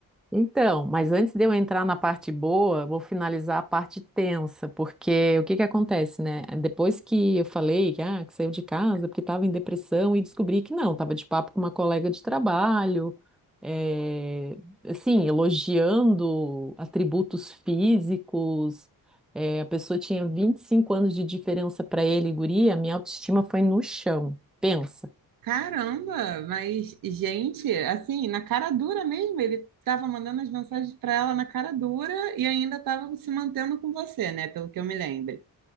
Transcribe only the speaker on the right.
Caramba, mas gente, assim, na cara dura mesmo, ele estava mandando as mensagens para ela na cara dura e ainda estava se mantendo com você, né? Pelo que eu me lembro.